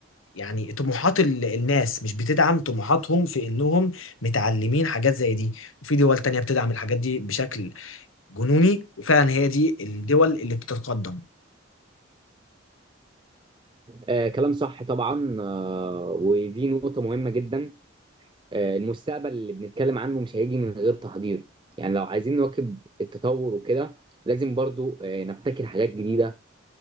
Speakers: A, on the left; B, on the right.
A: يعني طموحات ال- الناس مش بتدعم طموحاتهم في إنهم متعلمين حاجات زي دي وفي دول تانية بتدعم الحاجات دي بشكل جنوني وفعلا هي دي الدول اللي بتتقدم
B: آه، كلام صح طبعا آه، ودي نقطة مهمة جدا آه، المستقبل اللي بنتكلم عنه مش هيجي من غير تحضير يعني لو عايزين نواكب التطور وكده لازم برضو آه، نبتكر حاجات جديدة